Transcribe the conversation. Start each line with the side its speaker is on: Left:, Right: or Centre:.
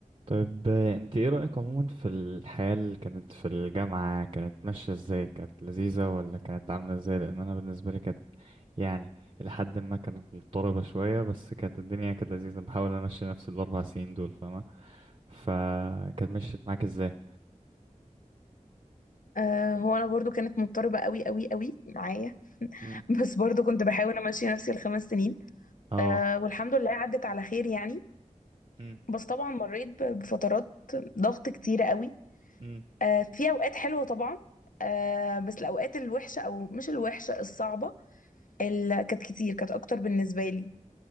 Right: طيب آه، انت ايه رأيك عموما في الحياة اللي كانت في الجامعة كانت ماشية ازاي كانت لذيذة ولا كانت عاملة ازاي لان انا بالنسبة لي كانت يعني لحد ما كانت مضطربة شوية بس كانت الدنيا كانت لذيذة بحاول امشي نفس الاربع سنين دول فاهمة فكانت مشيت معاك ازاي
Left: آه هو انا برضو كانت مضطربه قوي قوي قوي معايا
Right: امم
Left: <laughs> بس برضو كنت بحاول امشي نفسي الخمس سنين
Right: اه
Left: آه والحمد لله عدت على خير يعني
Right: امم
Left: بس طبعا مريت ب- بفترات ضغط كتيره قوي
Right: امم
Left: آه في اوقات حلوه طبعا آه بس الاوقات الوحشه او مش الوحشه الصعبه اللي كانت كتير كانت اكتر بالنسبه لي